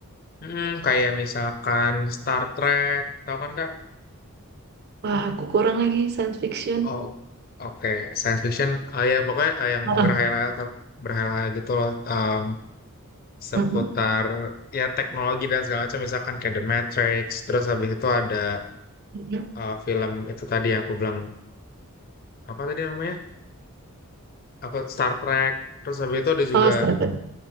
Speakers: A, on the left (about 40°); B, on the right (about 45°).
A: hmm, kayak misalkan Star Trek, tahu kan Kak?
B: Wah, aku kurang lagi science fiction.
A: Oh, oke, Science fiction. Ah ya, pokoknya ah, yang
B: Ah,
A: berhayal-hayal berhayal gitu loh em, seputar
B: ah, mm,
A: ya teknologi dan segala macam misalkan kayak The Matrix, terus habis itu ada
B: mm, mm.
A: eh, film itu tadi yang aku bilang apa tadi namanya? Apa Star Trek. Terus habis itu ada juga
B: Oh, setakat.